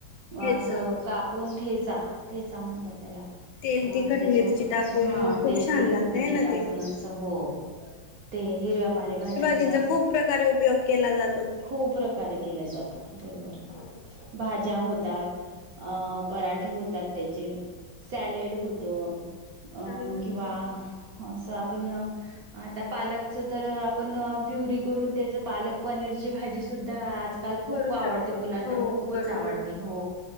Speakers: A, on the left; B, on the right.
A: हेचा
B: अस काप पोण ठेचा ठेचा म्हणतात त्याला
A: तेल
B: अ-
A: तिखट
B: त्याच्या
A: मिरची टाकून
B: हा
A: खूप
B: ते
A: छान
B: तिखट,
A: लागतय
B: मिरची
A: ना
B: टाकून
A: ते
B: असं हो. ते हिरव्या, पालेभज्यां.
A: तिचा खूप प्रकारे उपयोग केला जातो.
B: खूप प्रकार के जातो बरोबर
A: हो
B: हे. ज्या होतात अ - पराठे होतात त्याचे सॅलेड होतो. अ-
A: बरोबर
B: किंवा असा. पण आता पालकचं तर आपण प्युरी करून त्याचं पालक पनीर ची भाजी सुद्धा आजकाल, खूप
A: करू
B: आवडते
A: शकतो
B: मुलांना,
A: हो
B: खूपच
A: बरोबर
B: आवडते हो.